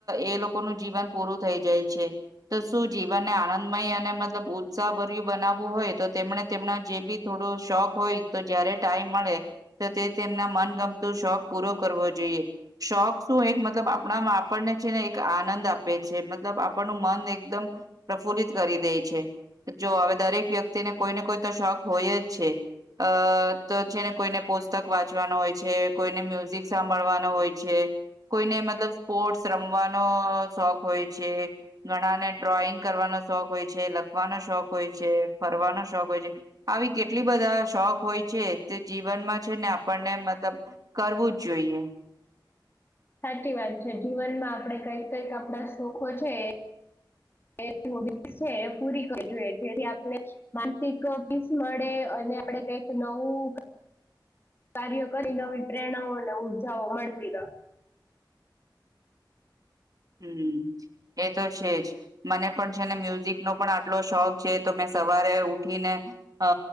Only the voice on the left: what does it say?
સાચી વાત છે જીવનમાં આપડણે કઈક કંઈક આપણા સુખો છે <inaudible> એ પૂરી કરી જોઈ જેથી આપણે માનસિક પીસ મળે અને આપણે કઈક નવું ઓ કાર્ય કરી નવી પ્રેરણાઓ અને ઉર્જાઓ મળતી ર